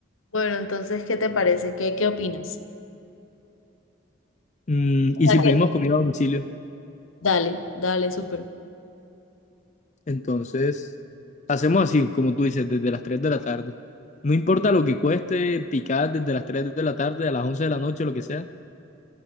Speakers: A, on the left; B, on the left.
A: Bueno, entonces, ¿qué te parece? ¿Qué, qué opinas?
B: Mm,
A: O
B: y
A: sea
B: si pedimos
A: que-
B: comida a domicilio,
A: Dale, dale, súper.
B: entonces hacemos así, como tú dices, desde las 3 de la tarde. No importa lo que cueste, picar desde las 3 de la tarde a las 11 de la noche, lo que sea.